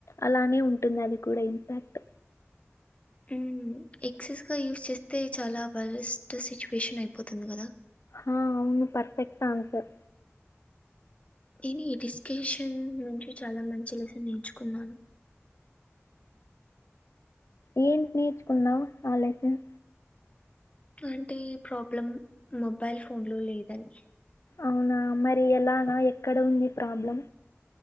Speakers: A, on the left; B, on the left.
A: అలానె ఉంటుంది అది కూడా ఇంపాక్ట్
B: ఉమ్ ఎక్సెస్ గా యూస్ చేస్తే చాలా వరస్ట్ సిచ్యుయేషన్ అయిపోతుంది కదా
A: హా అవును పర్ఫెక్ట్ ఆన్సర్
B: ఈని ఈ డిస్కషన్ నుంచి చాలా మంచి లెసన్ నేర్చుకున్నాను
A: ఏంటి నేర్చుకున్నవ్ ఆ లెసెన్
B: అంటే ఈ ప్రాబ్లం మొబైల్ ఫోన్ లో లేదని
A: అవునా మరి ఎలానా ఎక్కడ ఉంది ప్రాబ్లం